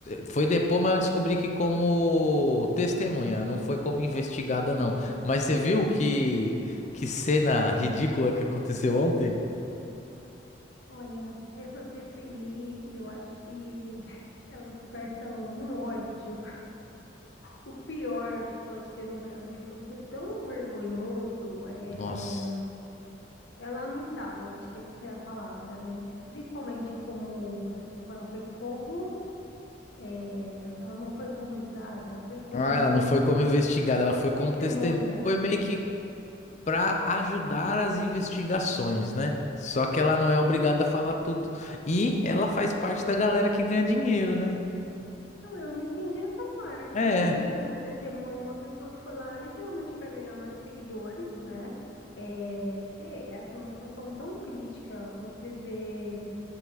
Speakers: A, on the left; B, on the left.
A: Foi depor, mas eu descobri que como testemunha, não foi como investigada, não. Mas você viu que que cena ridícula que aconteceu ontem?
B: olha, essa CPI, eu acho que <laughs> ela desperta um ódio, o pior que pode ter no Brasil, porque é tão vergonhoso, é,
A: Nossa.
B: é lamentável, eu acho que essa é a palavra, né? Principalmente como você falou que ela foi como, é, ela não foi como julgada, ela foi como
A: Ah, ela não foi como investigada, ela foi como
B: testemunha.
A: testemunha. Foi meio que para ajudar as investigações, né? Só que ela não é obrigada a falar tudo. E ela faz parte da galera que ganha dinheiro, né?
B: Não, eu não entendi essa parte.
A: É.
B: Como assim, como testemunho, uma pessoa que foi lá literalmente para ganhar mais seguidores, né? É, Fê, essa é uma situação tão crítica. Você vê